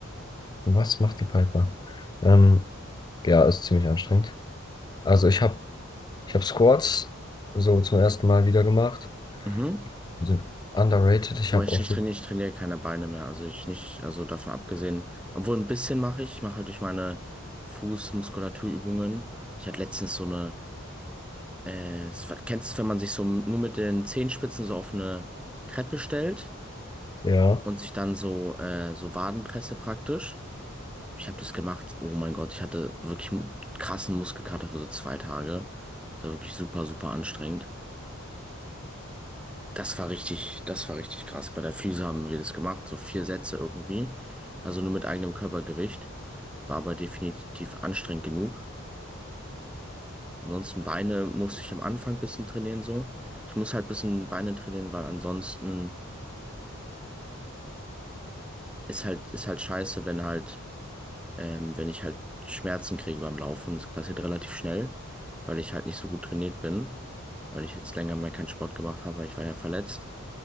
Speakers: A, on the left (about 20°); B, in the centre.
A: Was macht die Piper? Ähm, ja, ist ziemlich anstrengend. Also ich habe Ich habe Squats so zum ersten Mal wieder gemacht.
B: Mhm.
A: Die sind underrated. Ich
B: Boah,
A: habe
B: ich,
A: auch,
B: ich trainiere,
A: wirklich-
B: ich trainiere keine Beine mehr. Also ich nicht, also davon abgesehen. Obwohl ein bisschen mache ich. Ich mache halt durch meine Fußmuskulaturübungen. Ich hatte letztens so eine, äh, es kennst du es, wenn man sich so nur mit den Zehenspitzen so auf eine Treppe stellt
A: ja.
B: und sich dann so, äh, so Wadenpresse praktisch? Ich habe das gemacht. Oh mein Gott, ich hatte wirklich mu- krassen Muskelkater für so zwei Tage. Das war wirklich super, super anstrengend. Das war richtig, das war richtig krass. Bei der Füße haben wir das gemacht, so vier Sätze irgendwie. Also nur mit eigenem Körpergewicht. War aber definitiv anstrengend genug. Ansonsten Beine musste ich am Anfang ein bisschen trainieren so. Ich muss halt ein bisschen Beine trainieren, weil ansonsten ist halt, ist halt scheiße, wenn halt ähm, wenn ich halt Schmerzen kriege beim Laufen. Das passiert relativ schnell, weil ich halt nicht so gut trainiert bin, weil ich jetzt länger mal keinen Sport gemacht habe, weil ich war ja verletzt.